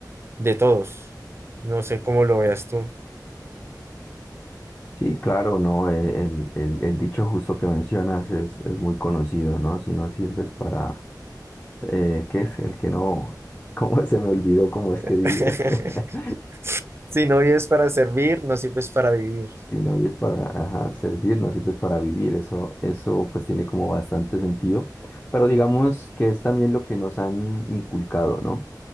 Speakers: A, on the right; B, on the left.
A: de todos. No sé cómo lo veas tú.
B: Sí, claro, no, eh, el, el, el dicho justo que mencionas es, es muy conocido, ¿no? Si no sirves para, eh, ¿qué es? El que no, <laughs> ¿cómo se me olvidó cómo es que
A: <laughs>
B: dice? <laughs>
A: Si no vives para servir, no sirves para vivir.
B: Si no vives para ajá, servir, no sirves para vivir. Eso, eso pues tiene como bastante sentido. Pero digamos que es también lo que nos han inculcado, ¿no?